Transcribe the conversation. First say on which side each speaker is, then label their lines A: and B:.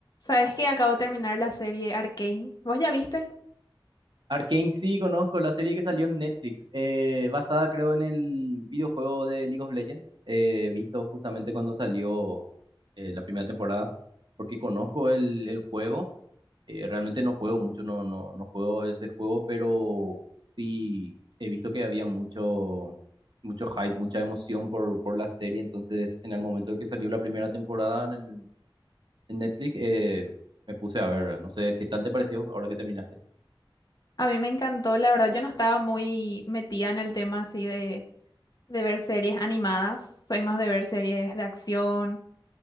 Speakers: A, on the left (about 50°); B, on the right (about 60°).
A: ¿Sabes que acabo de terminar la serie Arcane? ¿Vos ya viste?
B: Arcane sí conozco la serie que salió en Netflix, eh, basada creo en el videojuego de League of Legends, eh, visto justamente cuando salió eh, la primera temporada, porque conozco el, el juego, eh, realmente no juego mucho, no, no, no juego ese juego, pero sí he visto que había mucho, mucho hype, mucha emoción por, por la serie, entonces en el momento en que salió la primera temporada en, el, en Netflix eh, me puse a ver, ¿verdad? no sé qué tal te pareció ahora que terminaste.
A: A mí me encantó, la verdad yo no estaba muy metida en el tema así de, de ver series animadas, soy más de ver series de acción,